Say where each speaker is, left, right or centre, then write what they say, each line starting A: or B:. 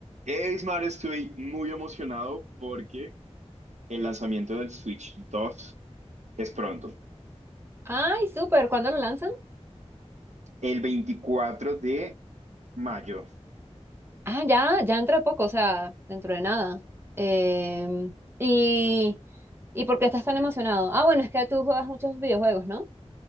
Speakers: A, on the right; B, on the right.
A: Hey, Ismar, estoy muy emocionado porque el lanzamiento del Switch dos es pronto,
B: Ay, súper. ¿Cuándo lo lanzan?
A: el veinticuatro de mayo.
B: Ah, ya, ya dentro de poco, o sea, dentro de nada. Em, y, ¿y por qué estás tan emocionado? Ah, bueno, es que tú juegas muchos videojuegos, ¿no?